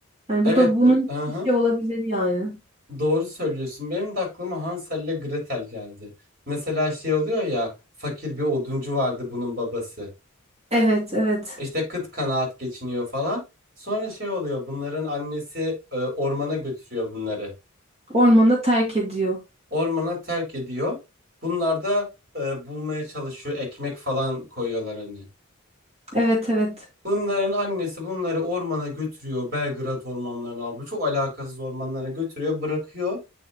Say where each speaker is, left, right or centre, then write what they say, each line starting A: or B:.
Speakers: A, on the right; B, on the right.
A: Hani
B: Evet
A: bu da bunun
B: do-
A: gibi
B: hı hı.
A: bir şey olabilir yani.
B: Doğru söylüyorsun. Benim de aklıma Hansel'le Gretel geldi. Mesela şey oluyor ya fakir bir oduncu vardı bunun babası.
A: Evet, evet.
B: İşte kıt kanaat geçiniyor falan. Sonra şey oluyor bunların annesi e, ormana götürüyor bunları.
A: Ormanı terk ediyor.
B: Ormana terk ediyor. Bunlar da e, bulmaya çalışıyor ekmek falan koyuyorlar hani.
A: Evet, evet.
B: Bunların annesi bunları ormana götürüyor. Belgrad ormanlarına abi çok alakasız ormanlara götürüyor bırakıyor.